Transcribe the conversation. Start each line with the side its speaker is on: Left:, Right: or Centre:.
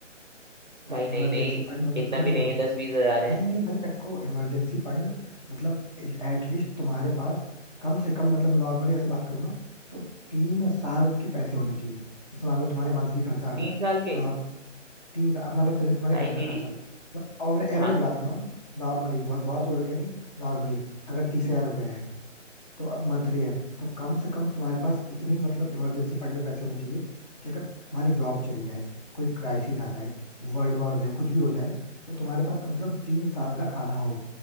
Left: भाई
Right: भाई
Left: इमरजेंसी
Right: नहीं नहीं
Left: फंड मतलब
Right: इतना
Left: समझ
Right: भी
Left: रहे
Right: नहीं
Left: हो
Right: है दस बीस हजार है
Left: नहीं नहीं भाई रखो इमरजेंसी फंड मतलब एटलीस्ट तुम्हारे पास कम से कम मतलब नॉर्मली ऐसे बात करूँ ना तो तीन साल के पैसे होने चाहिए जैसे मान लो तुम्हारे मंथली खर्चा अगर
Right: तीन साल के
Left: अ, तीन साल मान लो जैसे तुम्हारे
Right: भाई
Left: घर का
Right: मेरी
Left: खर्चा मतलब और एवरेज
Right: हाँ
Left: बात करो नॉर्मली बहुत बहुत उड़ के नहीं नॉर्मली अगर तीस हजार रुपए है तो अब मंथली है तो कम से कम तुम्हारे पास इतनी मतलब इमरजेंसी फंड में पैसे होने चाहिए कि अगर तुम्हारी जॉब चली जाए कोई क्राइसिस आ जाए वर्ल्ड वॉर हो जाए कुछ भी हो जाए तो तुम्हारे पास कम से कम तीन साल का खाना हो